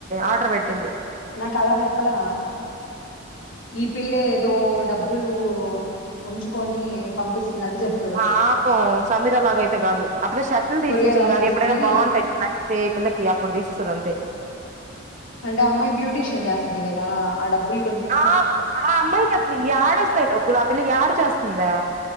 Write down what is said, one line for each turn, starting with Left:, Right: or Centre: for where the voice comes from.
Right: ఆర్డర్ బెట్టింది
Left: నాక్ అలా జెప్పలా ఈ పిల్ల ఏదో డబ్బులూ ఉంచుకోని పంపిస్తున్నట్టు చెప్
Right: పాపం సమీర లాగైతే గాదు ఆ పిల్ల షర్ట్లు దీసిచ్చింది
Left: కొరియర్ ఆఫీస్
Right: గానీ ఎప్పుడైనా
Left: కి
Right: బా ఉంటయ్ <inaudible> ఏతులకి అప్పుడు దీసిస్తద్ అంతే
Left: అంటే అమ్మాయి బ్యూటీషియన్ జేసుద్ది గదా ఆ డబ్బుల్
Right: ఆక్ ఆ అమ్మాయికి అసలు యాడొస్తయ్ డబ్బులు ఆ పిల్ల యాడ చేస్తుందే